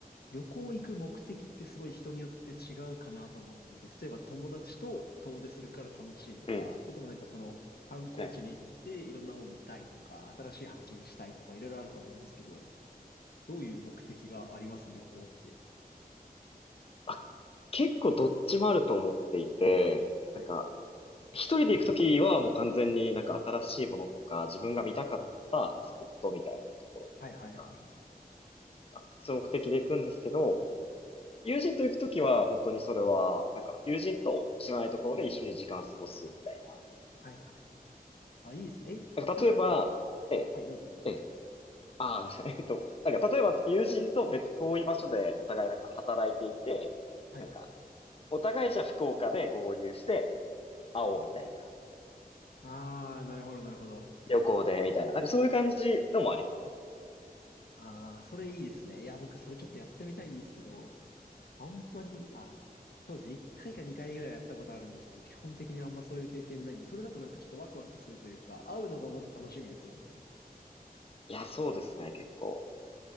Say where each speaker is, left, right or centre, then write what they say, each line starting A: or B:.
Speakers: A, on the left; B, on the left.
A: 旅行行く目的ってすごい人によって違うかなと思ってて、例えば友達と遠出するから楽しいとか、
B: ね。
A: それともなんかその観光地に行っていろんなもの見たいとか、
B: うん。ね。
A: 新しい発見したいとか、いろいろあると思うんですけど、どういう目的があります旅行って。
B: あ、結構どっちもあると思っていて、
A: はい。
B: なんか一人で行くときはもう完全になんか新しいものとか自分が見たかったスポットみたいなところとか、
A: はいはいはいはい。
B: なんかそういう目的で行くんですけど、友人と行くときは本当にそれは、なんか友人と知らないところで一緒に時間を過ごすみたいな。
A: はいはい。あ、いいですね。え、
B: なんか例えば、
A: なんか、
B: ええ、
A: はい、どうぞどうぞ。
B: ええああ、<laughs> えっと、なんか、例えば友人と別遠い場所でお互いなんか働いていて、
A: はい。
B: なんか、お互いじゃあ福岡で合流して会おうみたいな、
A: あー、なるほどなるほど。
B: 旅行でみたいな、なんかそういう感じのもありますね。
A: あー、それいいですね。いや、僕それちょっとやってみたいんですけど、あんまり、あ、そうですね。1回か2回ぐらいはやったことあるんですけど、基本的にあんまそういう経験ないんで、それだとなんかちょっとワクワクするというか、会うのがまず楽しみですもんね。
B: いや、そうですね、結構。